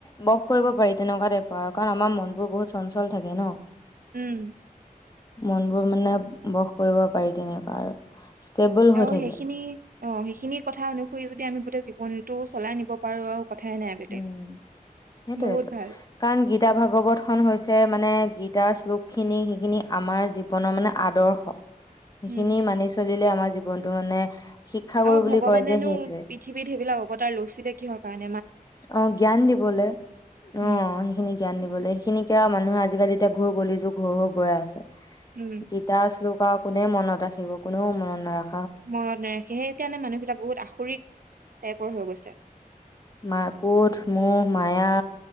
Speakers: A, on the left; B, on the right.
A: বস কৰিব পাৰি তেনেকুৱা টাইপৰ আৰু কাৰণ আমাৰ মন বোৰ বহুত চঞ্চল থাকে ন
B: উম
A: মন বোৰ মানে বস কৰিব পাৰি তেনে কোৱা আৰু ষ্টেবল হৈ
B: অ
A: থাকে
B: সেইখিনি অ সেইখিনি কথা অনুসৰি যদি আমি গোটেই জীৱন টো চলাই নিব পাৰো আৰু কথাই নাই বেলেগ
A: উম সেইটোয়েটো
B: বহুত ভাল
A: কাৰণ গীতা ভাগৱত খন হৈছে মানে গীতাৰ শ্লোক খিনি সেইখিনি আমাৰ জীৱনৰ মানে আদৰ্শ সেইখিনি
B: উম
A: মানি চলিলে আমাৰ জীৱনটো মানে শিক্ষাগুৰু
B: অ
A: বুলি
B: ভগৱানেনো
A: কয় যে সেইটোৱে
B: পৃথিৱীত সেইবিলাক অৱতাৰ লৈছিলে কিহৰ কৰণে
A: অ জ্ঞান দিবলৈ অ
B: উম
A: সেইখিনি জ্ঞান দিবলে সেইখিনিকে মানুহে আজিকালি এতিয়া ঘূুৰ গলি যুগ হৈ হৈ গৈ আছে
B: উম
A: কি দাস লোক কোনে মনত ৰাখিব কোনেও মনত নাৰাখে
B: মনত নাৰাখে সেইকাৰণে মানুহবিলাক বহুত আখৰিক টাইপৰ হৈ গৈছে
A: মাকুদ ধুমো মায়া